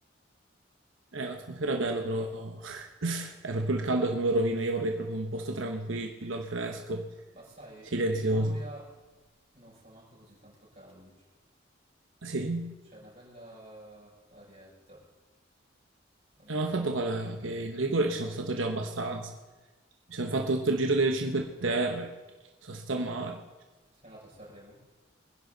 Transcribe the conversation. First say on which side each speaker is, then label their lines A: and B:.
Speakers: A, on the right; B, on the right.
A: Eh, l'atmosfera è bella, però <laughs> è proprio il caldo che me lo rovina. Io vorrei proprio un posto tranquillo, al fresco,
B: Ma sai,
A: silenzioso.
B: in Liguria non fa manco così tanto caldo. cioè.
A: Ah, Sì,
B: C'è una bella arietta, non
A: Eh,
B: è male.
A: ma il fatto qual è? Che in Ligure ci sono stato già abbastanza. Mi sono fatto tutto il giro delle Cinque Terre, sono stato a mare.
B: Sei andato a Sanremo?